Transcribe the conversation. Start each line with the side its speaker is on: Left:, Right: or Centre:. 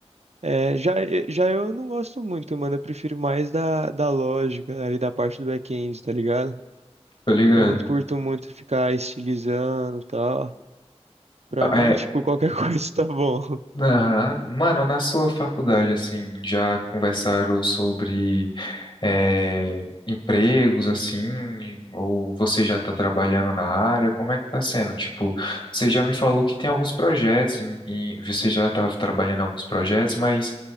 Right: É, já, já eu não gosto muito, mano. Eu prefiro mais da, da lógica ali da parte do back-end, tá ligado?
Left: tô ligado.
Right: Eu não curto muito ficar estilizando e tal. Pra mim,
Left: É,
Right: tipo, qualquer <laughs> coisa tá bom.
Left: aham. Mano, na sua faculdade, assim, já conversaram sobre é, empregos, assim, ou você já tá trabalhando na área? Como é que tá sendo? Tipo, você já me falou que tem alguns projetos e, e você já tava trabalhando em alguns projetos, mas